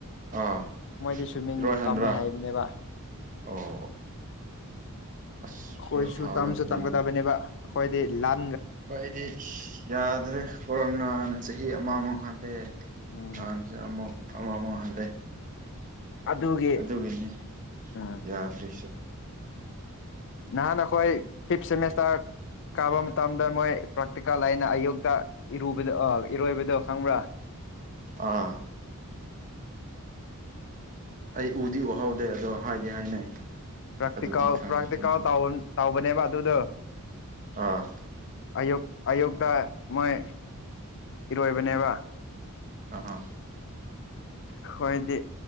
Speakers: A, on the right; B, on the left.
A: ꯑꯥ
B: ꯃꯣꯏꯗꯤ ꯁ꯭ꯋꯤꯝꯃꯤꯡ
A: ꯏꯔꯣꯏ ꯍꯟꯕ꯭ꯔꯥ
B: ꯇꯝꯃꯦ ꯍꯥꯏꯕꯅꯦꯕ
A: ꯑꯣ ꯑꯁ
B: ꯑꯈꯣꯏꯁꯨ
A: ꯌꯥꯝ ꯐꯒꯗꯕꯅꯤꯅꯦ
B: ꯇꯝꯁꯨ ꯇꯝꯒꯗꯕꯅꯦꯕ ꯑꯩꯈꯣꯏꯗꯤ ꯂ
A: ꯍꯣꯏꯗꯤ ꯁꯤ-ꯌꯥꯗ꯭ꯔꯦ ꯀꯣꯔꯣꯅꯥꯅ ꯆꯍꯤ ꯑꯃꯃ ꯃꯥꯡꯍꯜꯂꯦ
B: ꯎꯝ
A: <unintelligible> ꯑꯃ ꯑꯃꯃ <unintelligible>
B: ꯑꯗꯨꯒꯤ
A: ꯑꯗꯨꯒꯤꯅꯦ
B: ꯎꯝ
A: ꯌꯥꯗ꯭ꯔꯤꯁꯦ
B: ꯅꯍꯥꯟ ꯑꯩꯈꯣꯏ ꯐꯤꯞ ꯁꯦꯃꯤꯁꯇꯔ ꯀꯥꯕ ꯃꯇꯝꯗ ꯃꯣꯏ ꯄ꯭ꯔꯥꯛꯇꯤꯀꯦꯜ ꯂꯩꯩꯅ ꯑꯌꯨꯛꯇ ꯏꯔꯨꯕꯗ ꯑ-ꯏꯔꯣꯏꯕꯗꯣ ꯈꯪꯕ꯭ꯔꯥ
A: ꯑꯥ ꯑꯩ ꯎꯗꯤ ꯎꯍꯧꯗꯦ ꯑꯗꯣ ꯍꯥꯏꯗꯤ ꯍꯥꯏꯅꯩ
B: ꯄ꯭ꯔꯥꯛꯇꯤꯀꯜ
A: ꯑꯗꯨꯗꯤ ꯈꯪꯉꯤ
B: ꯄ꯭ꯔꯥꯛꯇꯤꯀꯜ
A: ꯍꯥꯏꯅꯕꯗꯤ
B: ꯇꯧꯕꯅꯦꯕ ꯑꯗꯨꯗ
A: ꯑꯥ
B: ꯑꯌ-ꯑꯌꯨꯛꯇ ꯃꯣꯏ ꯏꯔꯣꯏꯕꯅꯦꯕ
A: ꯑ ꯑ
B: ꯑꯩꯈꯣꯏꯗꯤ